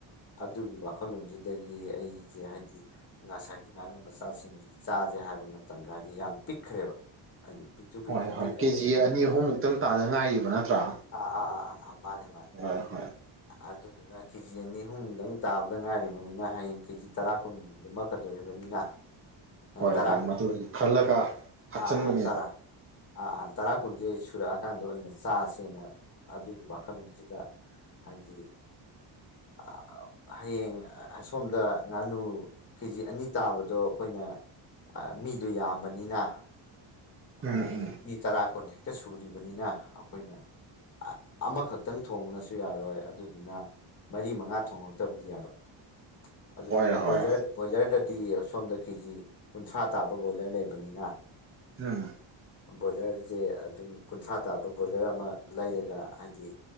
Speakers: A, on the left (about 30°); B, on the right (about 25°).
A: ꯑꯗꯨꯒꯤ ꯋꯥꯈꯜꯂꯣꯟꯖꯤꯗꯒꯤ ꯑꯩꯖꯦ ꯍꯥꯏꯗꯤ ꯉꯁꯥꯏꯒꯤ ꯉꯥꯅꯨ ꯃꯆꯥꯖꯤꯡꯖꯤꯗꯤ ꯆꯥꯖꯦ ꯍꯥꯏꯕ ꯃꯇꯝꯗ ꯍꯥꯏꯗꯤ ꯌꯥꯝ ꯄꯤꯛꯈ꯭ꯔꯦꯕ ꯍꯥꯏꯗꯤ ꯄꯤꯛꯇ꯭ꯔꯨ ꯄꯤꯇꯨ
B: ꯍꯣꯏ ꯍꯣꯏ
A: ꯄꯤꯛꯑ
B: ꯀꯦꯖꯤ
A: ꯂꯩ
B: ꯑꯅꯤ ꯑꯍꯨꯝꯃꯨꯛꯇꯪ ꯇꯥꯗ ꯉꯥꯏꯔꯤꯕ ꯅꯠꯇ꯭ꯔꯥ
A: ꯑꯥ ꯑꯥ ꯑꯥ ꯑꯥ ꯑꯥ ꯃꯥꯅꯦ ꯃꯥꯅꯦ
B: ꯍꯣꯏ ꯍꯣꯏ
A: ꯑꯗꯨꯗꯨꯅ ꯀꯦꯖꯤ ꯑꯅꯤ ꯑꯍꯨꯝꯗꯪ ꯇꯥꯕꯗ ꯉꯥꯏꯔꯤꯕꯅꯤꯅ ꯍꯌꯦꯡ ꯀꯦꯖꯤ ꯇꯔꯥ ꯀꯨꯟ ꯂꯨꯃꯛ ꯀꯗꯣꯔꯤꯕꯅꯤꯅ
B: ꯍꯣꯏ
A: ꯇꯔꯥ
B: ꯍꯣꯏ
A: ꯀꯨꯟ
B: ꯃꯗꯨꯒꯤ ꯈꯜꯂꯒ ꯍꯥꯞꯆꯤꯟꯕꯅꯦꯕ
A: ꯑꯥ ꯑꯥ ꯇꯔꯥ ꯑꯑ ꯇꯔꯥ ꯀꯨꯟꯖꯦ ꯁꯨꯔꯛꯑꯀꯥꯟꯗ ꯑꯣꯏꯅ ꯆꯥꯖꯦꯅ ꯑꯗꯨꯒꯤ ꯋꯥꯈꯜꯂꯣꯟꯖꯤꯗ ꯍꯥꯏꯗꯤ ꯑꯑ ꯍꯌꯦꯡ ꯑꯁꯣꯝꯗ ꯉꯥꯅꯨ ꯀꯦꯖꯤ ꯑꯅꯤ ꯇꯥꯕꯗꯣ ꯑꯩꯈꯣꯏꯅ ꯑ ꯃꯤꯗꯣ ꯌꯥꯝꯕꯅꯤꯅ ꯑꯥꯏ
B: ꯎꯝ
A: ꯗꯤ
B: ꯎꯝ
A: ꯃꯤ ꯇꯔꯥ ꯀꯨꯟ ꯍꯦꯛꯇ ꯁꯨꯔꯤꯕꯅꯤꯅ ꯑꯩꯈꯣꯏꯅ ꯑ ꯑꯃꯈꯛꯇꯪ ꯊꯣꯡꯕꯅꯁꯨ ꯌꯥꯔꯣꯏ ꯑꯗꯨꯗꯨꯅ ꯃꯔꯤ ꯃꯉꯥ ꯊꯣꯡꯉꯛꯇꯕꯗꯤ ꯌꯥꯔꯣꯏ ꯑꯗꯨꯗꯨꯅ
B: ꯍꯣꯏ ꯍꯣꯏ
A: ꯕꯣꯏꯂꯔ ꯕꯣꯏꯂꯔꯗꯗꯤ ꯁꯣꯝꯗ ꯀꯦꯖꯤ ꯀꯨꯟꯊ꯭ꯔꯥ ꯇꯥꯕ ꯕꯣꯏꯂꯔ ꯂꯩꯕꯅꯤꯅ
B: ꯎꯝ
A: ꯕꯣꯏꯂꯔꯖ‍‍‌ꯦ ꯑꯗꯨꯝ ꯀꯨꯟꯊ꯭ꯔꯥ ꯇꯥꯕ ꯕꯣꯏꯂꯔ ꯑꯃ ꯂꯩꯔꯒ ꯍꯥꯏꯗꯤ